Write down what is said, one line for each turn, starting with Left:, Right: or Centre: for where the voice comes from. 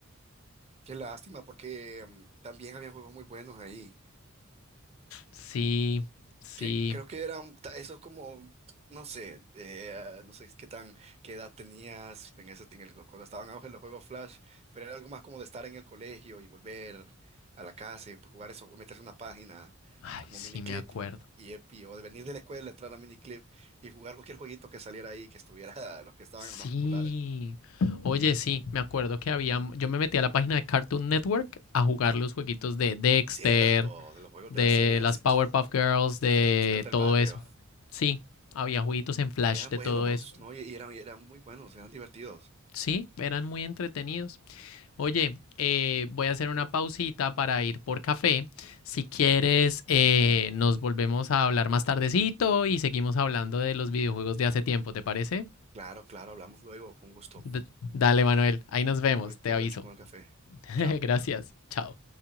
Right: Qué lástima, porque mm, también había juegos muy buenos ahí,
Left: Sí, sí.
Right: que creo que eran, ta- esos como, no sé, eh, no sé qué tan, qué edad tenías en ese, en el- cuando estaban en auge los juegos Flash, pero era algo más como de estar en el colegio y volver a la casa y pues, jugar eso, meterse en una página
Left: Ay,
Right: como
Left: sí
Right: miniclip
Left: me acuerdo.
Right: y epi, o de venir de la escuela, entrar a miniclip y jugar cualquier jueguito que saliera ahí, que estuviera, <laughs> los que estaban
Left: Sí.
Right: los más populares.
Left: Oye, sí, me acuerdo que había, yo me metí a la página de Cartoon Network a jugar los jueguitos de Dexter,
Right: Cierto, de los juegos
Left: de
Right: de las series,
Left: las Powerpuff Girls, de
Right: de los chicos del
Left: todo
Right: barrio.
Left: eso. Sí, había jueguitos en Flash
Right: Eran
Left: de
Right: buenos,
Left: todo eso.
Right: ¿no? Y y eran, y eran muy buenos, eran divertidos.
Left: Sí, eran muy entretenidos. Oye, eh, voy a hacer una pausita para ir por café. Si quieres, eh, nos volvemos a hablar más tardecito y seguimos hablando de los videojuegos de hace tiempo, ¿te parece?
Right: Claro, claro, hablamos luego. Fue un gusto.
Left: D- dale, Manuel, ahí nos vemos,
Right: Prove-
Left: te
Right: Provecho
Left: aviso.
Right: con el café.
Left: <laughs>
Right: Chao.
Left: Gracias. Chao.